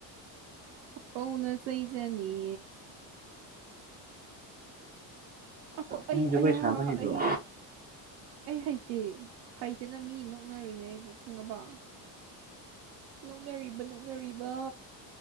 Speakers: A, on the right; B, on the right.
A: ꯄꯧꯅ ꯆꯩꯖꯅꯤ ꯑꯈꯣ ꯑꯩ
B: ꯅꯪ
A: ꯑꯌꯥ
B: ꯒꯣꯏ ꯁꯥꯕ ꯍꯩꯕꯔꯣ
A: ꯑꯩ ꯑꯩ ꯍꯩꯇꯦ ꯍꯩꯗꯅ ꯃꯤ ꯅꯣꯛꯅꯔꯨꯌꯦ ꯑꯩꯕꯨ ꯈꯪꯉꯕꯣ ꯅꯣꯛꯅꯔꯤꯕ ꯅꯣꯛꯅꯔꯤꯕ